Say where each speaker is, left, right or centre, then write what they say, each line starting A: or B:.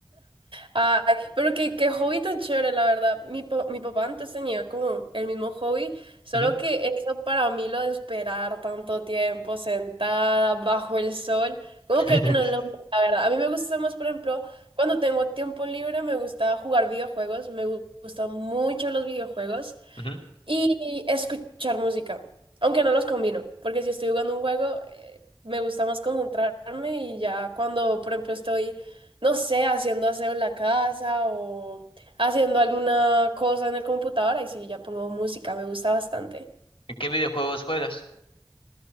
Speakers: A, on the right; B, on the left.
A: Ay, pero qué, qué hobby tan chévere, la verdad. Mi, pa- mi papá antes tenía como el mismo hobby, solo
B: Ujú,
A: que eso para mí lo de esperar tanto tiempo sentada bajo el sol, como
B: <laughs>
A: que no es lo mío, la verdad. A mí me gusta más, por ejemplo, cuando tengo tiempo libre, me gusta jugar videojuegos, me gu- gustan mucho los videojuegos.
B: ujú.
A: y escuchar música, aunque no los combino, porque si estoy jugando un juego, eh, me gusta más concentrarme y ya cuando, por ejemplo, estoy, no sé, haciendo aseo en la casa o haciendo alguna cosa en el computador, ahí sí ya pongo música, me gusta bastante.
B: ¿En qué videojuegos juegas?